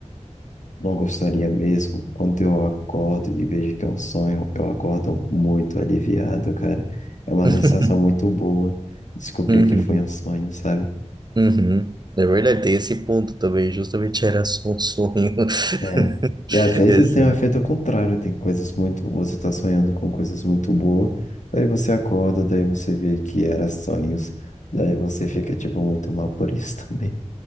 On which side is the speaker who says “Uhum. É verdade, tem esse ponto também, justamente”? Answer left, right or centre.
Right